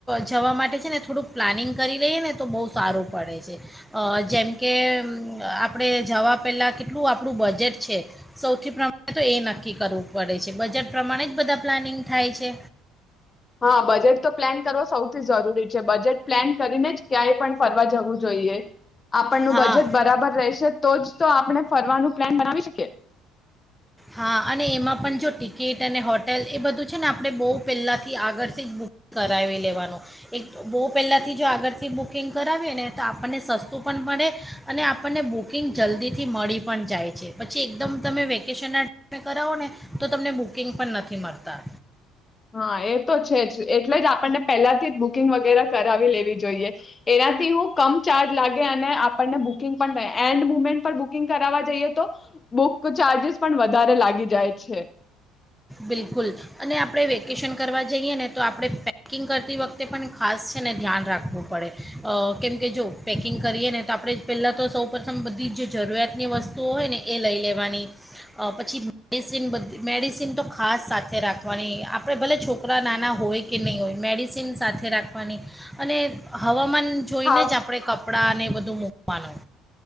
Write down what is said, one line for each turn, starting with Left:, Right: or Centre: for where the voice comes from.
Centre: જવા માટે છે ને થોડુંક પ્લાનિંગ કરી લઈએ ને તો બહુ સારું પડે છે જેમ કે આપણે જવા પહેલાં કેટલું આપણું બજેટ છે સૌથી પ્રમાણે તો એ નક્કી કરવું પડે છે બજેટ પ્રમાણે જ બધા પ્લાનિંગ થાય છે.
Left: હા બજેટ તો પ્લાન કરવો સૌથી જરૂરી છે બજેટ પ્લાન કરીને જ ક્યાંય પણ ફરવા જવું જોઈએ. આપણનું
Centre: હા
Left: બજેટ બરાબર રહેશે તો જ તો આપણે ફરવાનું પ્લાન બનાવી શકીએ.
Centre: હા અને એમાં પણ જો ટિકિટ અને હોટેલ એ બધું છે ને આપણે બહુ પહેલાંથી આગળથી જ બુક કરાવી લેવાનું એક બહુ પહેલાંથી જો આગળથી બુકિંગ કરાવીએ ને તો આપણને સસ્તું પણ મળે અને આપણને બુકિંગ જલ્દીથી મળી પણ જાય છે પછી એકદમ તમે વ ટમે કરાવો ને તો તમને બુકિંગ પણ નથી મળતા.
Left: હા એ તો છે જ એટલે જ આપણને પહેલાથી જ બુકિંગ વગેરે કરાવી લેવી જોઈએ એનાથી હું કમ ચાર્જ લાગે અને આપણને બુકિંગ પણ એન્ડ મુમેન્ટ પણ બુકિંગ કરાવવા જઈએ તો બુક ચાર્જસ પણ વધારે લાગી જાય છે.
Centre: બિલકુલ અને આપણે વેકેશન કરવા જઈએ ને તો આપણે પેકિંગ કરતી વખતે પણ ખાસ છે ને ધ્યાન રાખવું પડે કેમકે જો પેકિંગ કરીએ ને તો આપણે પહેલાં તો સૌ પ્રથમ બધી જરૂરિયાતની વસ્તુઓ હોય ને એ લઈ લેવાની પછી મેડિસિન બધી મેડિસ તો ખાસ સાથે રાખવાની આપણે ભલે છોકરા નાના હોય કે નહીં હોય મેડિસિન સાથે રાખવાની અને હવા જોઈ
Left: ખાવ
Centre: ને જ આપડે કપડાં ને બધા અ મુવાનું.